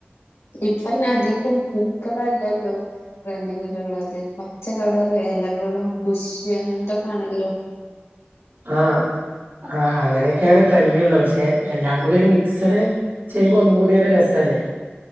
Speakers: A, on the left; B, on the right.
A: ഇപ്പോ അയ്ൻ അധികം പൂക്കളല്ലല്ലോ ട്രെൻഡിങ്ങിലുള്ളത് പച്ച കളർ ഇലകളും ബുഷ്യും അങ്ങനത്തെക്ക ആണല്ലോ
B: <unintelligible> ആഹ് ആഹ് അങ്ങനെയൊക്കെയാണ് ട്രെന്റീള്ളത് പക്ഷെ എല്ലാം കൂടി ഒരു മിക്സഡ് ചെയ്യുമ്പോ ഒന്നും കൂടി ഒരു രസല്ലേ